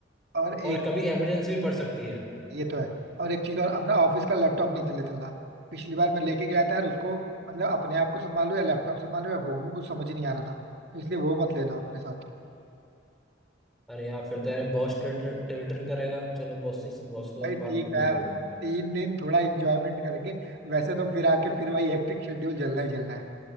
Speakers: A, on the right; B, in the centre.
A: और
B: और
A: एक
B: कभी इमरजेंसी भी पड़ सकती है
A: ये तो है और एक चीज और अपना ऑफिस का लैपटॉप नहीं चले चलना पिछली बार मैं लेके गया था यार उसको मतलब अपने आप को संभालो या लैपटॉप संभालो या घूमू कुछ समझ ही नहीं आ रहा था तो इसलिए वो मत लेना अपने साथ
B: अरे यार फिर तो यार बॉस टिल्टर करेगा चलो बॉस से बॉस के साथ
A: भाई ठीक
B: बात करनी
A: है यार
B: पड़ेगी फिर
A: तीन दिन थोड़ा इंजॉयमेंट करेंगे वैसे तो फिर आके फिर वही हेक्टिक शेड्यूल चलना ही चलना है